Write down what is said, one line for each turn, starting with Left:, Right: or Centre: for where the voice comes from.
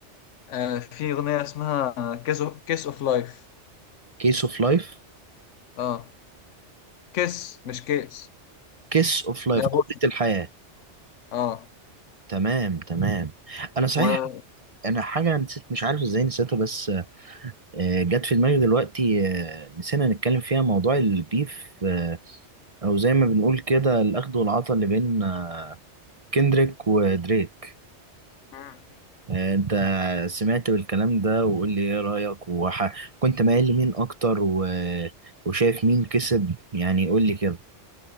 Left: آه، في أغنية اسمها كيس كيس اوف لايف
Right: كيس اوف لايف
Left: اه كيس مش كيس
Right: كيس اوف لايف
Left: لا
Right: قبلة
Left: بص
Right: الحياة
Left: اه
Right: تمام تمام انا صحيح
Left: و
Right: انا حاجة نسيت مش عارف ازاي نسيتها بس آه، جت في دماغي دلوقتي آه، نسينا نتكلم فيها موضوع البيف آه، او زي ما بنقول كده الاخد والعطا اللي بين آه، كندريك ودريك
Left: مم.
Right: آه، انت سمعت بالكلام ده وقول لي ايه رأيك وح... كنت مايل لمين اكتر و... وشايف مين كسب يعني قول لي كده